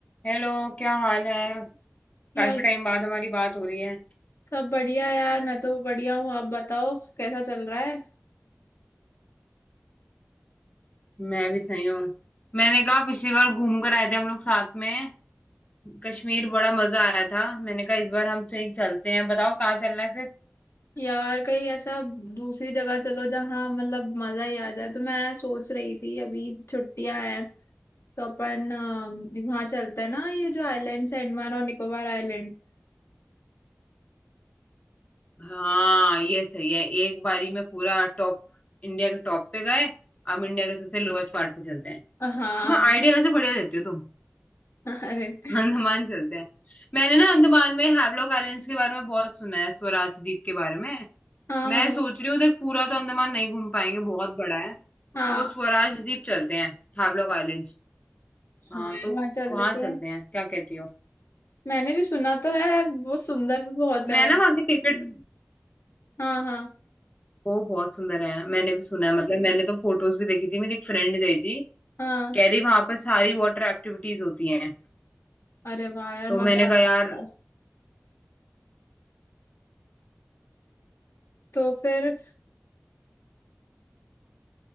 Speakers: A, on the left; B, on the left.
A: Hello क्या हाल है काफी
B: यार
A: टाइम बाद हमारी बात हो रही है
B: सब बढ़िया यार मैं तो बढ़िया हूँ आप बताओ कैसा चल रहा है
A: मैं भी सही हूँ मैंने कहा पिछली बार घूम कर आए थे हम लोग साथ में कश्मीर बड़ा मजा आया था मैंने कहा इस बार हम सही चलते हैं बताओ कहाँ चलना है फिर
B: यार कहीं ऐसा दूसरी जगह चलो जहाँ मतलब मजा ही आ जाए तो मैं सोच रही थी अभी छुट्टियां हैं तो अपन अ, वहाँ चलते हैं ना ये जो आइलैंड्स है अंडमान और निकोबार आइलैंड
A: हाँ ये सही है एक बारी में पूरा टॉप इंडिया के टॉप पे गए अब इंडिया के सबसे लोएस्ट पार्ट पे चलते हैं
B: हाँ
A: मैं आइडिया से बढ़िया देती हो तुम
B: अरे
A: <laughs> अंडमान चलते हैं मैंने ना अंडमान में हैवलॉक आइलैंड्स के बारे में बहुत सुना है स्वराज द्वीप के बारे में
B: हाँ
A: मैं
B: हाँ
A: सोच रही हूँ देख पूरा तो अंडमान नहीं घूम पाएंगे बहुत बड़ा है
B: हाँ
A: तो स्वराज द्वीप चलते हैं हावलॉक आइलैंड्स
B: हाँ
A: हाँ
B: यार,
A: तो
B: वहाँ चल
A: वहां
B: देते
A: चलते
B: हैं
A: हैं क्या कहती हो
B: मैंने भी सुना तो है वो सुंदर भी बहुत
A: मैं
B: है
A: ना वहाँ की टिकट
B: हाँ हाँ
A: वो बहुत सुंदर है मैंने भी सुना है मतलब मैंने तो फोटोज भी देखी थी मेरी एक फ्रेंड गई थी
B: हाँ
A: कह रही वहां पर सारी वाटर एक्टिविटीज होती हैं
B: अरे वाह यार
A: तो मैंने
B: मजा आ
A: कहा
B: रहा
A: यार
B: है तो फिर